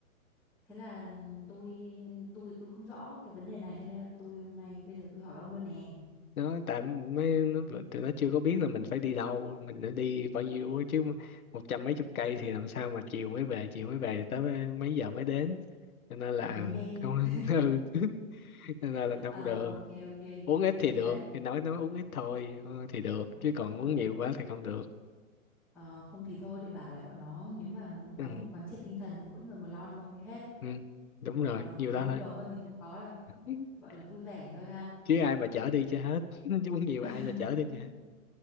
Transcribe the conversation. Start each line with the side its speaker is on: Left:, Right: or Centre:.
Centre: thế là tôi tôi tôi không rõ cái vấn đề này cho nên là tôi hôm nay bây giờ tôi hỏi ông luôn nè
Left: nó tại mấy nó, tụi nó chưa có biết là mình phải đi đâu mình đã đi bao nhiêu á, chứ một trăm mấy chục cây thì làm sao mà chiều mới về chiều mới về tới mấy mấy giờ mới đến cho nên là
Centre: đến đêm
Left: không <laughs> ừ. Cho nên là không
Centre: Ờ,
Left: được
Centre: ok ok
Left: uống ít
Centre: thế thì
Left: thì được
Centre: đấy
Left: thì nói nói uống ít thôi ừ, thì được
Centre: uống
Left: chứ
Centre: ít
Left: còn
Centre: thôi
Left: uống
Centre: à
Left: nhiều quá thì không được
Centre: Ờ, không thì thôi để bảo lại bọn nó nếu mà muốn uống
Left: ừ.
Centre: thì quán triệt tinh thần mỗi người một lon thôi hết
Left: ừ, đúng rồi
Centre: còn
Left: nhiều lắm
Centre: muốn
Left: thôi
Centre: nhiều hơn thì không có đâu
Left: <laughs>
Centre: gọi là vui vẻ thôi ha
Left: chứ ai mà chở
Centre: Ok.
Left: đi cho hết <laughs> chứ muốn nhiều
Centre: <laughs>
Left: ai mà chở đi cho hết